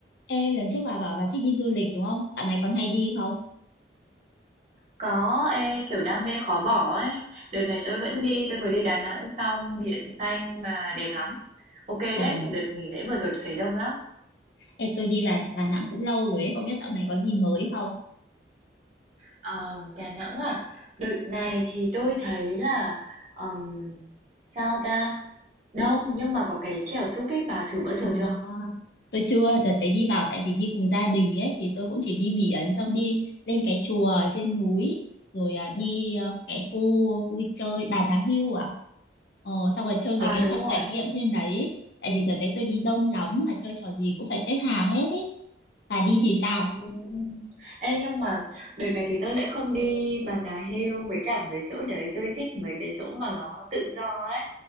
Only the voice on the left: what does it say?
Ê, lần trước bà bảo bà thích đi du lịch đúng không? Dạo này còn hay đi không?
Ồ,
ê, tôi đi Đà, Đà Nẵng cũng lâu rồi ấy, không biết dạo này có gì mới không?
À,
tôi chưa, đợt đấy đi vào tại vì đi cùng gia đình ấy, thì tôi cũng chỉ đi biển, xong đi lên cái chùa ở trên núi, rồi à, đi à, cái khu vui chơi Bà Nà Hưu à? Ờ, xong rồi chơi
về cái
trò
trải nghiệm trên đấy. Tại vì đợt đấy tôi đi đông lắm mà chơi trò gì cũng phải xếp hàng hết ấy. Bà đi thì sao?